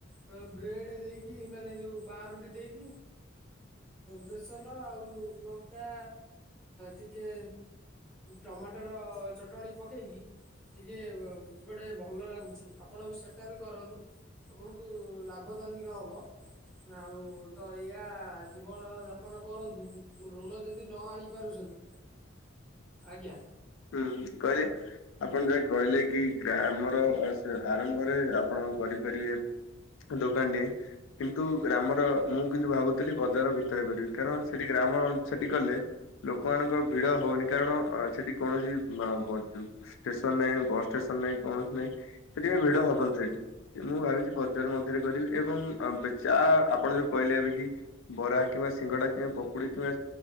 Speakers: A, in the centre; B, on the left.
A: ବ୍ରେ ବ୍ରେଡ ଦେଇକି ମାନେ ଯୋଉ ପାଁରୁଟି ଦେଇକି ବେସନ ଆଉ ଲଙ୍କା ଟିକେ ଟମାଟର ଚଟଣି ପକେଇକି ଟିକେ କୁଆଡ଼େ ଭଲ ଲାଗୁଚି। ଆପଣ ବି ସେଟା ବି କରନ୍ତୁ। ଆପଣଙ୍କୁ ଲାଭଦାନିକ ହବ। ଆଉ ତ ଏଇଆ ଜୀବନ ଯାପନ କରନ୍ତୁ। ଋଣ ଯଦି ନ ଆଣିପାରୁଛନ୍ତି ଆଜ୍ଞା।
B: ହୁଁ କହିଲେ ଆପଣ ଯଉ କହିଲେ କି ଗ୍ରାମର ଆରମ୍ଭରେ ଆପଣ କଣ କରିପାରିବେ ଦୋକାନ ଟିଏ। କିନ୍ତୁ ଗ୍ରାମର ମୁଁ କିନ୍ତୁ ଭାବୁଥିଲି ବଜାର ଭିତରେ କରିବି। କାରଣ ସେଠି ଗ୍ରା ଆମର ସେଠି କଲେ ଲୋକମାନଙ୍କର ଭିଡ ହବନି। କାରଣ ସେଠି କୌଣସି ଷ୍ଟେସନ ନାହିଁ ବସ୍ ଷ୍ଟେସନ ନାଇଁ। କୌଣ ନାହିଁ। ସେଥିପାଇଁ ଭିଡ
A: ଆଜ୍ଞା
B: ହବନି ସେଠି। ମୁଁ ଭାବିି ବଜାର ମଧ୍ୟରେ କରିବି। ଏବଂ ଚା ଆପଣ ଯୋଉ କହିଲେ ଏବେ କି ବରା କିମ୍ବା ସିଙ୍ଗଡ଼ା କି ପକୁଡି କିମ୍ବା